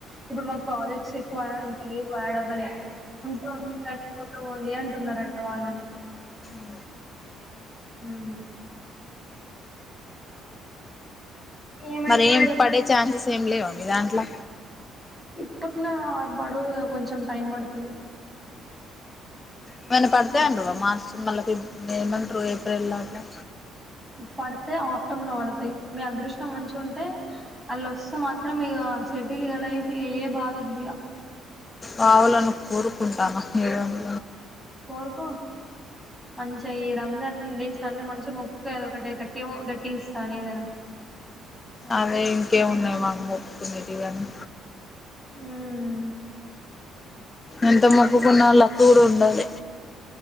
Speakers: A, in the centre; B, on the left.
A: ఇప్పుడు మాకు ప్రాజెక్ట్స్ ఎక్కువ ఇంకా లేవు యాడ్వ్వలే ఉంటే ఉంటది కొత్తూండి అంటున్నారంట వాళ్ళని
B: మ్
A: మ్ ఏమైతదో
B: మరి ఏం
A: ఏమో
B: పడే ఛాన్సెస్ ఏం లేవా మీ దాంట్లో
A: ఇప్పట్లా బడువు కొంచం టైమ్ పడుతుది
B: ఏమన్న పడతాయంటావా మార్చ మళ్ళా ఏమంటరు ఏప్రిల్ లాట్లా
A: పడితే ఆప్టంలో పడతాయి మీ అదృష్టం మంచి ఉంటే అళ్ళొస్త మాత్రం ఇక సెటిల్ ఇక లైఫ్ ఇక ఏ బాధ వద్దు ఇక
B: రావాలని కోరుకుంటామా ఏందు
A: కోరుకో మంచియి రంజాన్ డేస్ అన్ని మంచి మొక్కుకో ఏదొ ఒకటే గట్టి గట్టిగ ఇస్తాడు ఏదైనా
B: అదే ఇంకేమున్నాయి మాకు మొక్కకునేదిగాని
A: మ్
B: ఎంత మొక్కుకున్నా లక్కు కూడా ఉండాలె